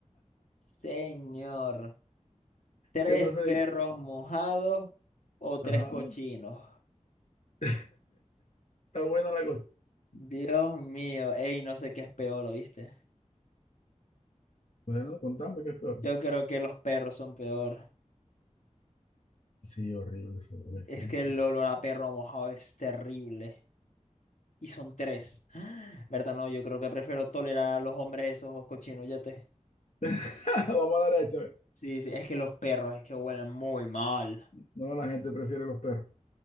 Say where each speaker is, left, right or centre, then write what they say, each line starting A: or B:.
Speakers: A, on the left (about 85°); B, on the left (about 65°).
A: Señor. Tres
B: ¿Qué preferís?
A: perros mojados o tres
B: Ajá,
A: cochinos.
B: <laughs> está buena la cosa.
A: Dios mío, ey, no sé qué es peor, ¿oíste?
B: Bueno, contame qué es peor.
A: Yo creo que los perros son peor.
B: Sí, horrible, eso es
A: Es
B: feísimo.
A: que el olor a perro mojado es terrible. Y son tres. <gasps> ¿Verdad? No, yo creo que prefiero tolerar a los hombres esos cochinos, ya te.
B: <laughs> Vamos a dar a ese. a ver.
A: Sí, sí, es que los perros es que huelen muy mal.
B: No, la gente prefiere los perros.